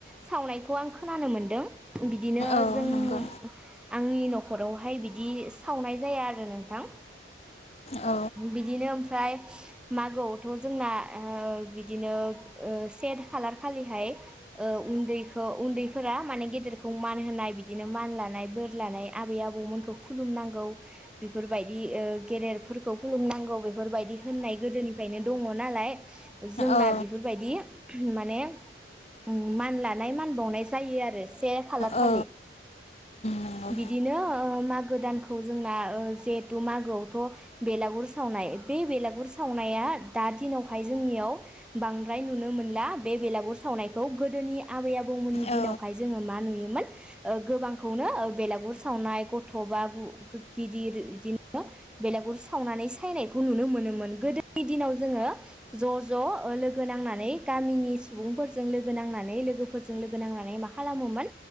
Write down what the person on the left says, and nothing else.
औ
नंगौ
औ
औ नंगौ
औ नंगौ
औ